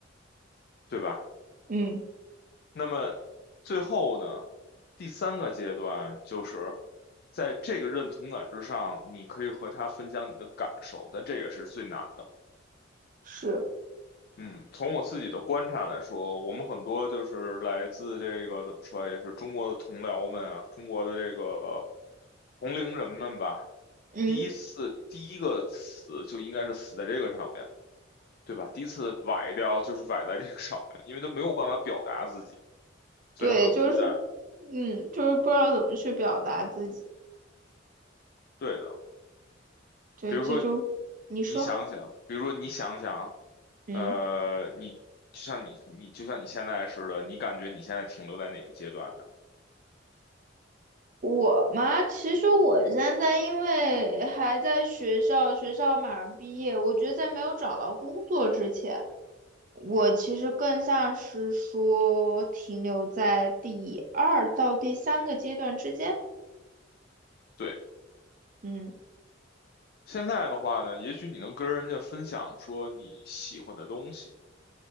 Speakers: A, on the left; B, on the right.
A: 对吧？
B: 嗯
A: 那么最后呢，第三个阶段就是在这个认同感之上，你可以和他分享你的感受，但这也是最难的。
B: 是，
A: 嗯，从我自己的观察来说，我们很多就是来自这个怎么说啊，也是中国的同僚们啊，中国的这个同龄人们吧。
B: 嗯
A: 第一次第一个死就应该是死在这个上面，对吧？第一次崴掉就是崴在这个上面，因为他没有办法表达自己，所以他很孤单。
B: 对，就是嗯就是不知道怎么去表达自己，
A: 对的，
B: 对，
A: 比如说
B: 这就你说，
A: 你想想，比如说你想想，
B: 嗯。
A: 呃，你就像你你就像你现在似的，你感觉你现在停留在哪个阶段呢？
B: 我嘛，其实我现在因为还在学校，学校马上毕业，我觉得在没有找到工作之前，我其实更像是说停留在第二到第三个阶段之间。
A: 对，
B: 嗯，
A: 现在的话呢，也许你能跟人家分享说你喜欢的东西，